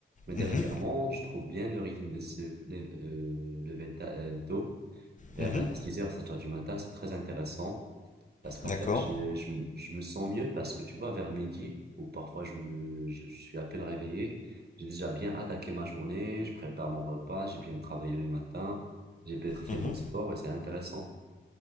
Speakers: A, on the right; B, on the left.
A: Mais dernièrement,
B: Mhm,
A: je trouve bien le rythme de se lé- euh, lever ta- euh, tôt, vers
B: mhm,
A: euh, 6 heures, 7 heures du matin. C'est très intéressant. Parce qu'en
B: d'accord.
A: fait, je, je, me je me sens mieux parce que tu vois, vers midi, ou parfois je me, je, je suis à peine réveillé, j'ai déjà bien attaqué ma journée, je prépare mon repas, j'ai bien travaillé le matin, j'ai bien fait
B: mhm,
A: mon sport et c'est intéressant.